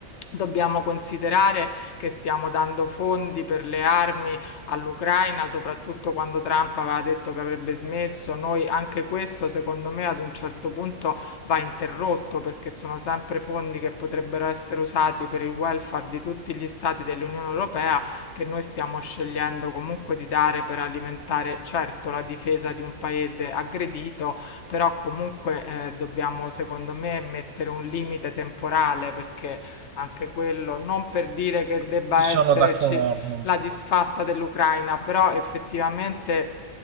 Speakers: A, on the left; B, on the right.
A: dobbiamo considerare che stiamo dando fondi per le armi all'Ucraina, soprattutto quando Trump aveva detto che avrebbe smesso. Noi anche questo, secondo me, ad un certo punto va interrotto perché sono sempre fondi che potrebbero essere usati per il welfare di tutti gli stati dell'Unione Europea che noi stiamo scegliendo comunque di dare per alimentare certo la difesa di un paese aggredito, però comunque eh, dobbiamo secondo me mettere un limite temporale perché anche quello non per dire che debba
B: ci sono
A: esserci
B: d'accordo.
A: la disfatta dell'Ucraina, però effettivamente